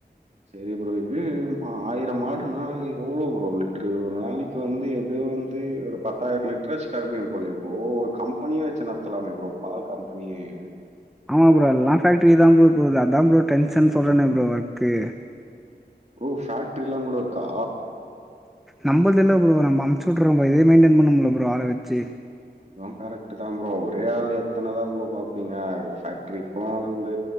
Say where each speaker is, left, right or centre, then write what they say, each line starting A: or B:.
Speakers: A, on the right; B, in the centre.
A: சரி ப்ரோ இப்படி ஆயிரம் மாடுனா எவ்ளோ ப்ரோ லிட்ரு ஒரு நாளைக்கு வந்து எப்படியோ வந்து ஒரு பத்தாயிரம் லிட்டரா கரப்பிங் போல ப்ரோ ஒரு கம்பெனிய வச்சு நடத்தலாமே ப்ரோ பால் கம்பெனியே இல்லீங்க
B: ஆமாம் ப்ரோ அல்லா ஃபேக்ட்ரி தான் ப்ரோ அதான் ப்ரோ டென்ஷன் சொல்றே ப்ரோ ஒர்க்கு
A: ப்ரோ ஃபேக்டரில்லாம் கூட இருக்கா
B: நம்பல்தில்ல ப்ரோ நம்ம அம்ச்சுட்டுற்றோ இதே மெயின்டென் பண்ணும்ல பரோ ஆள வெச்சு
A: அதுவும் கரெக்ட் தான் ப்ரோ ஒரே ஆள் எத்தனைதான் ப்ரோம் பாப்பீங்க பேக்டரிக்கும் வந்து